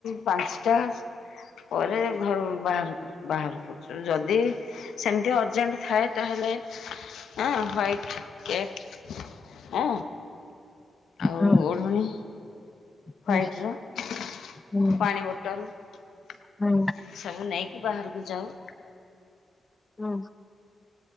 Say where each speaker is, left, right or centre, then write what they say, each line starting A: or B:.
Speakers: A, on the left; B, on the left.
A: ପାଞ୍ଚଟା ପରେ ଘର ବାହାରୁ ବାହାର କରୁଚୁ ଯଦି ସେମିତିଆ ଅର୍ଜେଣ୍ଟ ଥାଏ ତାହେଲେ । ହଁ ହ୍ୱାଇଟ୍ କେଟ୍ । ହଁ ଆଉ
B: ହୁଁ
A: ଓଢଣୀ ।
B: ହୁଁ
A: ହ୍ୱାଇଟ ର
B: ହୁଁ
A: ପାଣି ବୋଟଲ ।
B: ହୁଁ
A: ଏନତି ସବୁ ନେଇକି। କି ବାହାରକୁ ଯାଉ।
B: ହଁ।